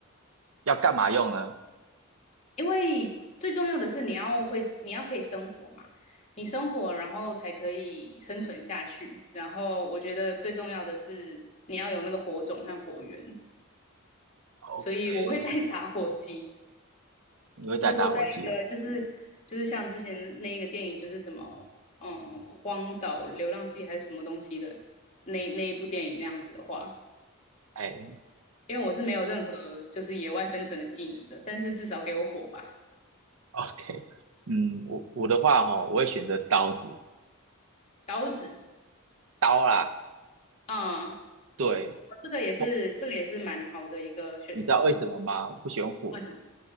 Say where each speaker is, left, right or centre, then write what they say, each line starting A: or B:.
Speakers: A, on the right (about 70°); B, on the left (about 30°).
A: 要干嘛用呢
B: 因为最重要的是你要会，你要可以生活嘛，你生活然后才可以生存下去，然后我觉得最重要的是你要有那个火种和火源，
A: ？OK，
B: 所以我会带打火机。
A: 你会带打火机哦？
B: 如果在一个就是就是像之前那一个电影，就是什么嗯荒岛流浪记还是什么东西的那那一部电影那样子的话，
A: 哎。
B: 因为我是没有任何就是野外生存的技能的，但是至少给我火吧，
A: OK，嗯，我我的话哈、我会选择刀子，
B: 刀子
A: 刀啦，
B: 啊、嗯哦
A: 对，
B: 这个也是这个也是蛮好的一个选择。
A: 不，你知道为什么吗？我不喜欢火，
B: 为什么？